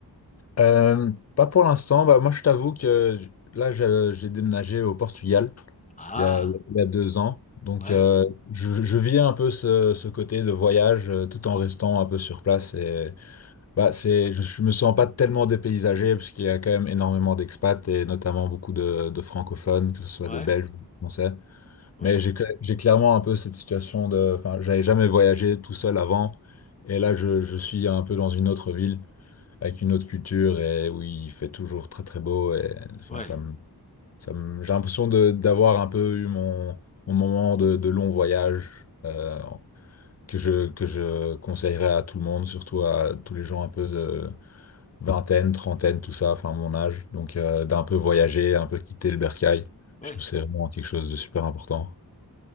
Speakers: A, on the left; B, on the left.
A: Euh, pas pour l'instant. Bah, moi, je t'avoue que j- là, je- j'ai déménagé au Portugal
B: Ah,
A: il y a, il y a deux ans. Donc,
B: ouais.
A: euh, je, je vis un peu ce, ce côté de voyage euh, tout en restant un peu sur place. Et, bah, c'est, je, je me sens pas tellement dépaysagé parce qu'il y a quand même énormément d'expats et notamment beaucoup de, de francophones, que ce soit
B: Ouais,
A: des Belges ou des Français.
B: ouais,
A: Mais j'ai que- j'ai clairement un peu cette situation de... Enfin, j'avais jamais voyagé tout seul avant. Et là, je, je suis un peu dans une autre ville, avec une autre culture, et où il fait toujours très très beau. Et enfin,
B: ouais,
A: ça me, ça me- j'ai l'impression de- d'avoir un peu eu mon, mon moment de, de long voyage, euh, que je, que je conseillerais à tout le monde, surtout à tous les gens un peu de vingtaine, trentaine, tout ça, enfin mon âge. Donc, euh, d'un peu voyager, un peu quitter le bercail.
B: ouais.
A: Je trouve que c'est vraiment quelque chose de super important.